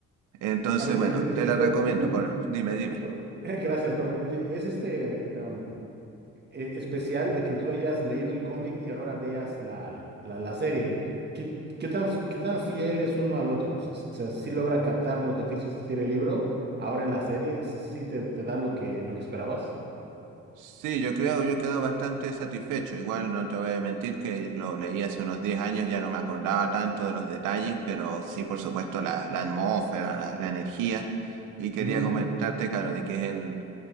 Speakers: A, on the right; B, on the right.
A: Entonces,
B: A ver,
A: bueno,
B: eh, eh,
A: te la
B: espé-
A: recomiendo,
B: espérame.
A: por, dime, dime.
B: O- <laughs> Gracias, perdón. Oye, es este. em, eh, especial de que tú hayas leído el cómic y ahora veas la, la, la serie. ¿Qué, qué tan, qué tan fiel es uno al otro? O sea, si logra captar lo que te hizo sentir el libro, ahora en la serie sí te, te da lo que, lo que esperabas.
A: Sí, yo creo, yo quedo bastante satisfecho. Igual no te voy a mentir que lo leí hace unos 10 años, ya no me acordaba tanto de los detalles, pero sí, por supuesto, la, la atmósfera, la, la energía. Y quería
B: Ujú,
A: comentarte, claro, de que es en,